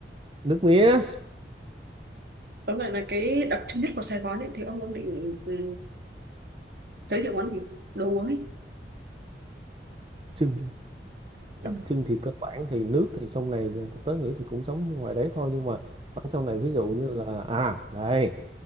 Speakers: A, on the right (about 30°); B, on the right (about 60°).
A: nước mía
B: tóm lại là cái đặc trưng nhất của Sài Gòn ấy thì ông ông định ừ, giới thiệu món gì đồ uống ấy
A: trưng
B: ừ.
A: đặc trưng thì cơ bản thì nước thì trong này là- tớ nghĩ thì cũng giống như ngoài đấy thôi nhưng mà ở trong này ví dụ như là à đây